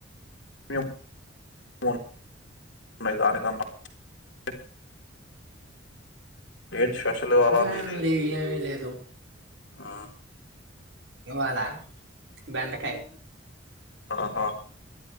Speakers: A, on the left; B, on the right.
A: <unintelligible> ఏంటి స్పెషల్ ఇవాళ
B: ఏముంది
A: మీది.
B: ఏమీ లేదు.
A: ఆహ్.
B: ఇవాలా. బెండకాయ.
A: ఆహా